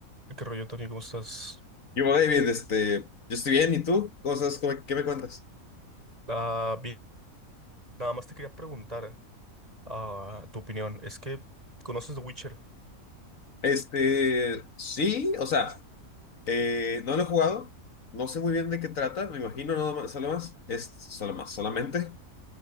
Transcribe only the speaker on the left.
Yo, David, este, yo estoy bien, ¿y tú? ¿Cosas, cómo- qué me cuentas?
Este, sí, o sea, eh, no lo he jugado, no sé muy bien de qué trata, me imagino nada más, solo más, es solo más, solamente,